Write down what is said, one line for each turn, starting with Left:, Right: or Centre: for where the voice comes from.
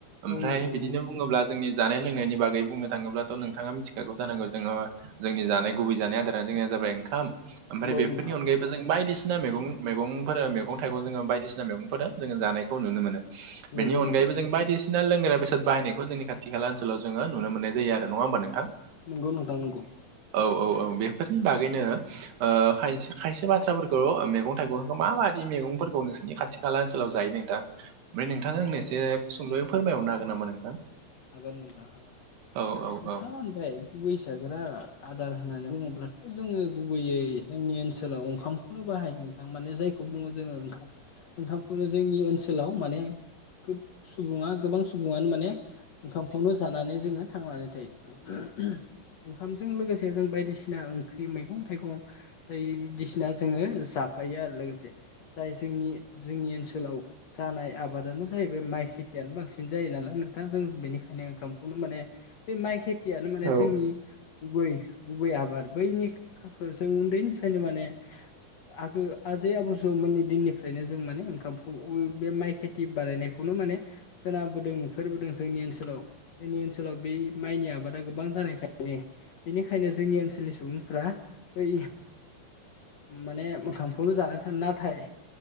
Right: ओमफ्राय
Left: औ नोंथां
Right: बिदिनो
Left: औ
Right: बुङोब्ला जोंनि जानाय लोंनायनि बागै बुंनो थाङोब्लाथ' नोंथाङा मिथिखागौ जानांगौ जोङो। जोंनि जानाय गुबै जानाय आदारा जोंनिया जाबाय ओंखाम ओमफ्राय
Left: औ
Right: बेफोरनि
Left: नोंथां
Right: अनगायैबो जों बायदिसिना मैगं मैगंफोरा मैगं थाइगं जोङो बायदिसिना मैगंफोरा जोङो जानायखौ नुनो मोनो। बेनि
Left: नंगौ
Right: अनगायैबो
Left: नोंथां
Right: जों बायदिसिना लोंग्रा बेसाद बाहायनायखौ जोंनि खाथि खाला ओनसोलाव जोङो नुनो मोननाय जायो आरो नङा होमबा नोंथां।
Left: नंगौ नोंथां नंगौ
Right: औ- औ- औ- बेफोरनि बागैनो ओ- खायसे बाथ्राफोरखौ मैगं-थाइगं माबायदि मैगंफोरखौ नोंसोरनि खाथि खाला ओनसोलाव जायो नोंथां? ओमफ्राय नोंथां आंनो
Left: औ
Right: एसे
Left: औ
Right: सुंद'यै फोरमायहरनो हागोन नामा नोंथां?
Left: हागोन नोंथां हागोन नोंथाङा
Right: औ औ औ
Left: होनबाय गुबै जाग्रा आदार होननानै बुङोब्लाथ' जोङो गुबैयै जोंनि ओनसोलाव ओंखाम खौनो बाहायो नोंथां माने जायखौ बुङो जोङो ओंखाम। ओंखामखौनो जोंनि ओनसोलाव माने खोब सुबुङा गोबां सुबुङानो माने ओंखामखौनो जानानै जोङो थांनानै थायो। ओंखामजों लोगोसे जों बायदिसिना ओंख्रि मैगं-थाइगं बायदिसिना जोङो जाफायो आरो लोगोसे जाय जोंनि जोंनि ओनसोलाव जानाय आबादानो जाहैबाय माइ खेथियानो बांसिन जायो नालाय नोंथां जों बेनिखायनो ओंखामखौनो माने बे माइ खेथियानो माने
Right: औ
Left: जोंनि गुबै गुबै आबाद बैनि जों उन्दैनिफ्रायनो माने आगो आजै आबो जौमोननि दिननिफ्रायनो जों माने ओंखामखौ बे माइ खेथि बानायनायखौनो माने खोनाबोदों नुफेरबोदों। जोंनि ओनसोलाव जोंनि ओनसोलाव बे माइनि आबादा गोबां जानायखायनो बेनिखायनो जोंनि ओनसोलनि सुबुंफ्रा बै माने ओंखामखौल' जानानै थानो नाथाय